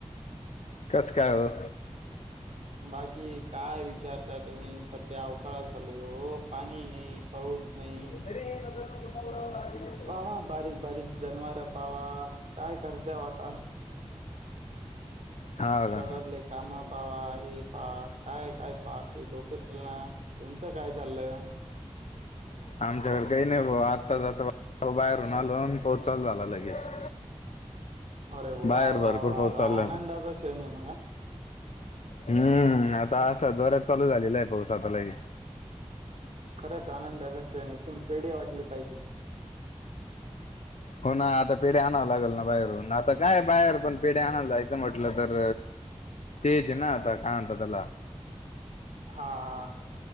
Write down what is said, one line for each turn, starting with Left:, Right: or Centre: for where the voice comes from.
Left: कस काय ओ.
Right: बाकी काय विचारता तुम्ही सध्या अवकाळा चालू पाणी नाही. पाऊस नाही.
Left: तरीर पुन्हा ब <unintelligible>
Right: पावा बारीक बारीक जनवर पावा काय करतेव आता.
Left: हा
Right: शेतातले
Left: का
Right: कामा पावा हे पा काय काय पा डोके चल ना. तुमचं काय चाललंय.
Left: आमच्याकडं काही नाही भा आताच आता बाहेरून आलो आणि पाऊस चालू झाला लगेच.
Right: अरे वा
Left: बाहेर भरपूर
Right: वा वा
Left: पाऊस
Right: वा
Left: चालला
Right: आनंदाचा श्रण ये मगं हा.
Left: हम्म आता असा जोऱ्यात चालू झालेला आहे पाऊस आता लगेच.
Right: खरंच आनंदाचा श्रेण ये तुम्ही पेढे वाटले पाहिजे.
Left: हो ना आता पिढ्या आणावं लागेल ना बाहेरून आता काय बाहेर पण पेढे आणायला जायचं म्हटलं तर तेज ना आता काय म्हणता त्याला.
Right: हा हा हा.